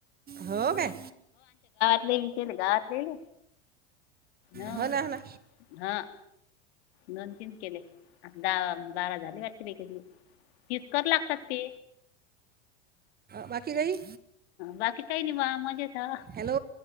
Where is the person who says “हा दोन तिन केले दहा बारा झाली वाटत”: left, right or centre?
Left